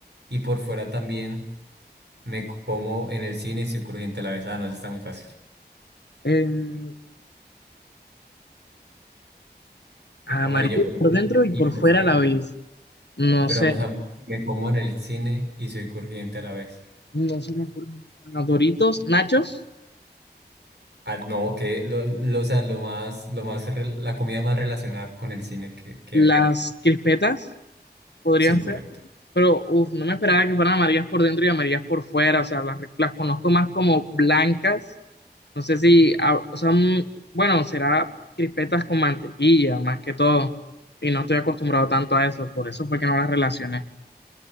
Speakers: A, on the right; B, on the left.
A: y por fuera también. Me como en el cine y soy crujiente a la vez. Ah, no, eso está muy fácil.
B: Em, amarillo
A: Amarillo por
B: por
A: dentro
B: dentro y
A: y
B: por
A: por
B: fuera
A: fuera.
B: a la vez. No
A: Pero,
B: sé,
A: o sea, me como en el cine y soy crujiente a la vez.
B: no se me ocurren. Los Doritos, Nachos,
A: Ah, no, que lo, lo, o sea, lo más, lo más, re- la comida más relacionada con el cine que, que
B: las
A: hay.
B: crispetas podrían
A: Sí, correcto.
B: ser, pero uf, no me esperaba que fueran amarillas por dentro y amarillas por fuera. O sea, las, las conozco más como blancas. No sé si, ah, o sea, mm, bueno, será crispetas con mantequilla más que todo. Y no estoy acostumbrado tanto a eso, por eso fue que no las relacioné.